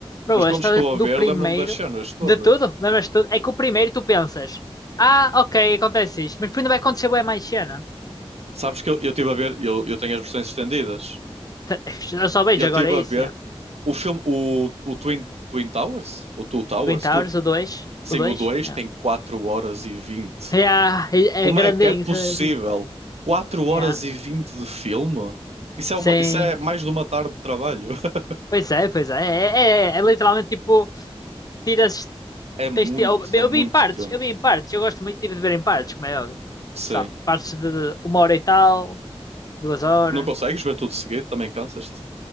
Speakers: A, on the left; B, on the right.
A: Bro,
B: Mas quando
A: a história
B: estou
A: do
B: a ver,
A: primeiro.
B: lembro-me das cenas todas.
A: De tudo, lembras de tudo? É que o primeiro tu pensas. Ah, ok, acontece isto. Mas ainda vai acontecer bem mais cena.
B: Sabes que eu eu estive a ver, eu, eu tenho as versões estendidas.
A: <laughs> Eu só vejo
B: Eu estive
A: agora isso,
B: a ver
A: yeah.
B: o filme, o, o Twin, Twin Towers, o Two Towers,
A: Twin Towers,
B: tu,
A: o 2.
B: sim,
A: O 2,
B: o 2
A: yeah.
B: tem quatro horas e vinte
A: Yeah, é
B: Como
A: é grandinho,
B: é que é possível
A: isso é grandinho.
B: quatro horas
A: Yeah.
B: e vinte de filme? Isso é,
A: Sim.
B: uma, isso é mais de uma tarde de trabalho. <laughs>
A: Pois é, pois é. É, é, é literalmente tipo. Tiras.
B: É muito,
A: tens de, eu, eu
B: é muito
A: vi em partes,
B: tempo.
A: eu vi em partes, eu gosto muito tipo, de ver em partes, como é óbvio.
B: Sim.
A: Sabe, partes de uma hora e tal, duas horas.
B: Não consegues ver tudo seguido? Também cansas-te?